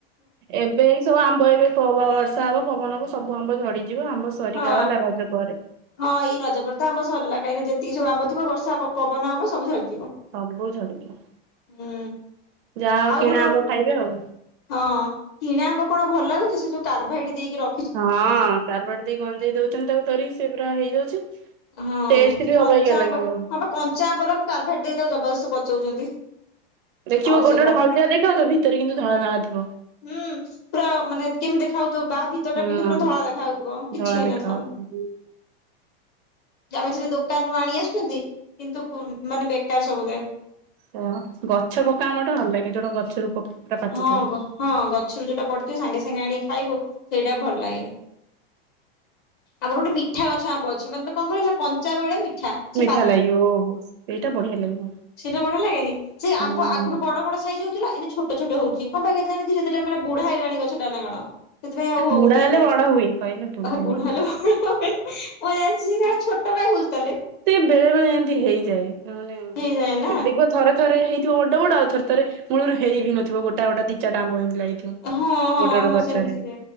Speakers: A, on the right (about 55°); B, on the left (about 30°).
A: ଏବେ ଏଇ ସବୁ ଆମ୍ବ ଏବେ ବର୍ଷା ହବ ପବନ ହବ ସବୁ ଆମ୍ବ ଝଡିଯିବ ଆମ୍ବ ସରିଗଲା
B: ହଁ।
A: ରଜ ପରେ
B: ହଁ ଏଇ ରଜ ପରେ ତ ଆମ୍ବ ସରିଲା କାହିଁକିନା ଯେତିକି ସବୁ ଆମ୍ବ ଥିବ ବର୍ଷା ପବନ ହବ ସବୁ ଝରିଯିବ।
A: ସବୁ ଝଡିଯିବ।
B: ହୁଁ
A: ଯା ହଉ
B: ଆଉ
A: କିଣା
B: ଗୋଟେ
A: ଆମ୍ବ ଖାଇବେ ଆଉ
B: ହଁ କିଣା ଆମ୍ବ କଣ ଭଲ ଲାଗୁଛି ସେ ଯୋଉ କାର୍ଭାଇଟି ଦେଇକି ର
A: ହଁ କାର୍ଭାଇଟି ଦେଇ ଗଞ୍ଜେଇ ଦଉଛନ୍ତି ତାକୁ ଧରିକି ସେ ପୁରା ହେଇଯାଉଛି।
B: ହଁ
A: ଟେଷ୍ଟ
B: ସେ
A: ବି
B: କଞ୍ଚା
A: ଅବାଗିଆ
B: ଆମ୍ବ
A: ଲାଗିବ ହୁଁ।
B: ହଁ ବା କଞ୍ଚା ଆମ୍ବର କାର୍ଭେଇଟ ଦେଇଦଉ ଜବରଦସ୍ତି ପଚଉଛନ୍ତି।
A: ଦେଖିବ
B: ଆଉ
A: ଗୋଟେ
B: ସେ କଣ
A: ଗୋଟେ ହଳଦିଆ ଦେଖିବ କିନ୍ତୁ ତା ଭିତରେ କିନ୍ତୁ ଧଳା ଧଳାଣା ଥିବ।
B: ହୁଁ ପୁରା ମାନେ କେମିତି ଦେଖା ହାଉଥିବ ବାହା ଭିତରଟା
A: ହଁ।
B: କେମିତି ପୁରା ଧଳା ଦେଖା ହାଉଥିବ କିଛି
A: ଧଳା
B: ହେଇନଥିବ।
A: ଦେଖା ଯାଉଥିବ
B: ଆମେ ସ ଦୋକାନରୁୁ ଆଣି ଆସୁଛନ୍ତି କିନ୍ତୁ ମାନେ ବେକାର ସବୁବେଳେ
A: ସେ ଗଛ ପକା ଆମ ଟେ ଭଲ ଲାଗେ ଜୋଣ ଗଛରୁ ପ ପୁରା ପାଚିଥିବ
B: ହଁ ହଁ ଗଛରୁ ଯୋଉଟା ପଡିଥିବ ସାଙ୍ଗେ ସାଙ୍ଗେ ଆଣିକି ଖାଇବୁ? ସେଇଟା ଭଲ ଲାଗେ। ଆମର ଗୋଟେ ମିଠା ଗଛ ଆମ୍ବ ଅଛି ମାନେ କଣ କର କଞ୍ଚା ବେଳେ ମିଠା। ସେ
A: ମିଠା ଲାଗେ ଓହୋ ଏଇଟା ବଢିଆ ଲାଗିବ।
B: ସେଟା ବଢିଆ ଲାଗେନି ସେ
A: ହୁଁ
B: ଆମ୍ୱ ଆଗରୁ ବଡ ବଡ ସାଇଜ ହଉଥିଲା ଏବେ ଛୋ ଛୋଟ ଛୋଟ କଣ ହଉଛି କଣ ପାଇଁ କେଜାଣି ଧୀରେ ଧୀରେ ମାନେ ବୁଢା ହେଇଗଲାଣି ଗଛଟା ନା କଣ? ସେଥିପାଇଁ ଆଉ ହଉନି
A: ବୁଢା ହେଲେ
B: ଏତେ
A: ବଡ ହୁଏ କହିଲେ ବୁଢା
B: ଓ
A: ହେଇଗଲିଣି
B: ବୁଢ଼ା ଲୋ ମୁଁ ଜାଣି ସେଟା ଆଉ ଛୋ ଛୋଟ କାଇଁ ହଉଛି ତାହାଲେ।
A: ସେ ବେଳେ ବେଳେ ଏମିତି ହେଇଯାଏ ମାନେ
B: ହେଇଯାଏ ନା।
A: ଦେଖ ଥରେ ଥରେ ହେଇଥିବ ବଡ ବଡ ଆଉ ଥରେ ଥରେ ମୂଳରୁ ହେଇନଥିବ ଗୋଟ ଗୋଟ ଦି ଚାରିଟା ଆମ୍ବ <unintelligible>
B: ହଁ ହଁ
A: ଗୋଟେ ଗୋଟେ
B: ହଁ
A: ଗଛରେ
B: ସେମିତି ହୁଏ